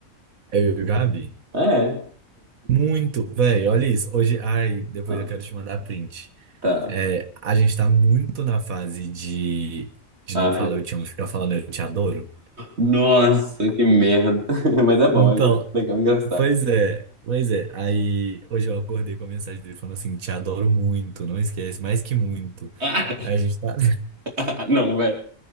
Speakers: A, on the right; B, on the right.
A: Aí eu e o Gabi,
B: É.
A: muito, velho, olha isso. Hoje, ai, depois
B: Ah,
A: eu quero te mandar print.
B: Tá.
A: É, a gente tá muito na fase de, de
B: Ai.
A: não falar eu te amo, ficar falando eu te adoro.
B: Nossa, que merda. <laughs>
A: <laughs>
B: Mas é bom,
A: Então,
B: é legal, é engraçado.
A: pois é, pois é. Aí hoje eu acordei com a mensagem dele falando assim, te adoro muito, não esquece, mais que muito.
B: Ah.
A: Aí a gente tá.
B: <laughs> Não, velho.